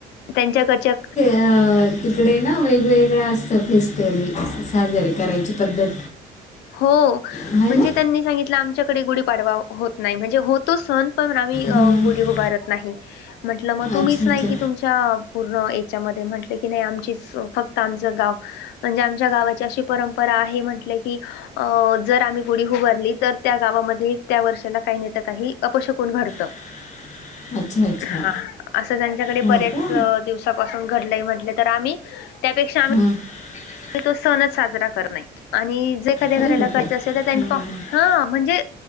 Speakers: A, on the left (about 80°); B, on the left (about 45°).
A: त्यांच्या कडच्या.
B: अ तिकडे ना वेगवेगळं असतं. फेस्टिवल साजरे करायची पद्धत.
A: हो.
B: आहे
A: म्हणजे
B: ना
A: त्यांनी सांगितलं. आमच्याकडे गुढी पाडवा होत नाही. म्हणजे होतो सण पण आम्ही
B: हां
A: गुढी उभारत. नाही. म्हंटलं मग तुम्हीच
B: अच्छा अच्छा
A: नाही की तुमच्या पूर्ण याच्यामध्ये म्हंटलं की नाही आमचीच फक्त आमचं गाव. म्हणजे आमच्या गावाची अशी परंपरा आहे. म्हंटले की, अ जर आम्ही गुढी उभारली तर, त्या गावामध्ये त्या वर्षाला काही ना तर काही अपशकून घडतं.
B: <inaudible> अच्छा अच्छा
A: हा हा असं त्यांच्याकडे
B: हो
A: बऱ्याच
B: का
A: दिवसा दिवसा पासून घडलंय म्हटलेतर आम्ही त्या पेक्षा आम्ही.
B: <inaudible>
A: तो सणच साजरा करत नाही. आणि जे एखाद घराला
B: अरे बापरे
A: करायचं असेल तर त्या
B: हां
A: तो म्हणजे.